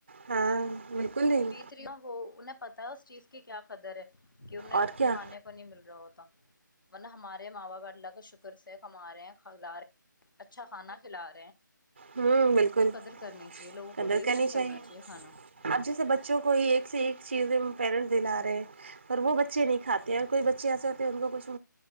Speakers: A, on the right; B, on the left.
A: ہاں بالکل نہیں
B: بیت رہی ہوں وہ انہیں پتا اس چیز کے کیا قدر کہ انہیں
A: اور کیا
B: کھانے کو نہیں مل رہا ہوتا من ہمارے ماں باپا اللہ کا شکر سے کما رہے ہیں کلا رہے اچھا کھانا کھلا رہے
A: ہوں بالکل
B: تو قدر کرنی چاہیے لوگوں
A: قدر
B: کو ویسٹ
A: کرنی
B: نہیں
A: چاہیے
B: کرنا کھانا
A: اب جیسے بچوں کو ہی ایک سے ایک چیز پیرنٹس د ن اور وہ بچے نہیں کاتے ہیں کوئی بچے ایسے ہوتے ہیں ان کو کچھ